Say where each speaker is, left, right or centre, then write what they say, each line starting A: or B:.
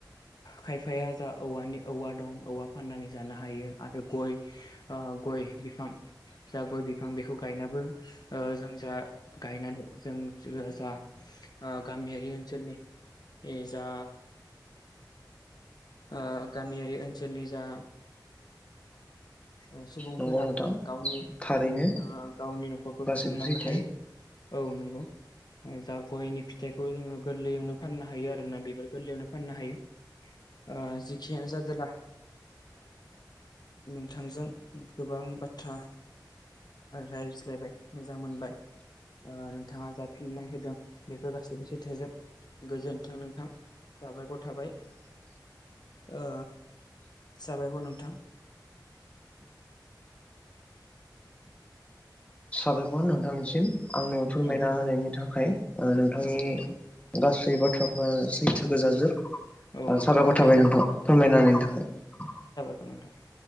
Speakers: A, on the left (about 65°); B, on the left (about 20°).
A: खायफाया जा औवानि औवा दं औवा फाननानै जानो हायो आरो गय ओ गय बिफां जा गय बिफां बेखौ गायनाबो ओ जों जा गायनानै जों जा ओ गामियारि ओनसोलनि जा ओ गामियारि ओनसोलनि जा ओ सुबुंफोरा
B: नंगौ नोंथां
A: गावनि
B: थारैनो
A: ओ गावनि नखरखौ
B: गासैबो
A: खुंलांनो
B: सैथो
A: हायो अह नंगौ जा गयनि फिथाइखौ जोङो गोरलैयावनो फाननो हायो आरोना बेफोर गोरलैयावनो फाननो हायो जेखियानो जादोंला नोंथांजों गोबां बाथ्रा रायज्लायबाय मोजां मोनबाय ओ नोंथाङा जाफिननाय होदों बेफोर गाैबोसैथोजोब गोजोन्थों नोंथां साबायखर थाबाय ओ साबायखर नोंथां
B: साबायखर नोंथामसिम आंनो फोरमायना
A: औ
B: होनायनि थाखाय। ओ नोंथांनि
A: औ नोंथां
B: गासै बाथ्रा ओ सैथो गोजाजोब
A: औ नोंथां
B: साबायखर थाबाय नोंथां फोरमायना होनायनि थाखाय
A: ओ नोंथां